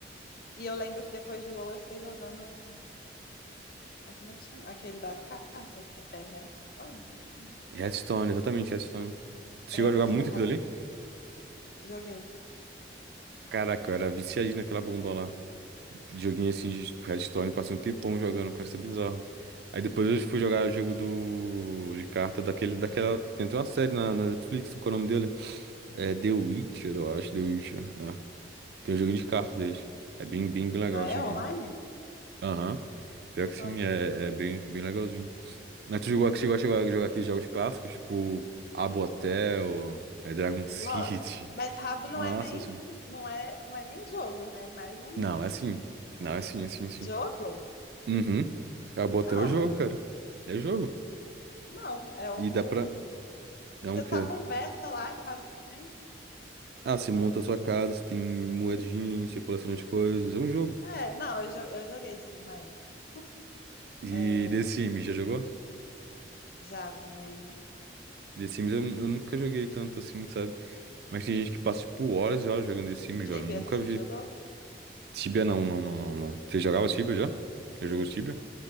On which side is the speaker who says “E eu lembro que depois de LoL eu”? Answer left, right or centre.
Left